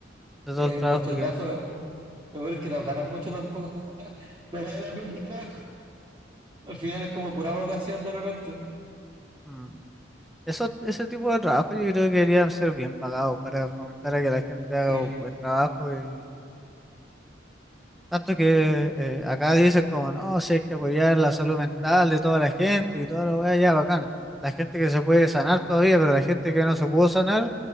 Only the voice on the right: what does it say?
es
mucho
trabajo. Lo peor es bueno que no ganan mucho tampoco. <laughs> No vale la pena el trabajo. Al final es como pura vocación de repente.
Sí.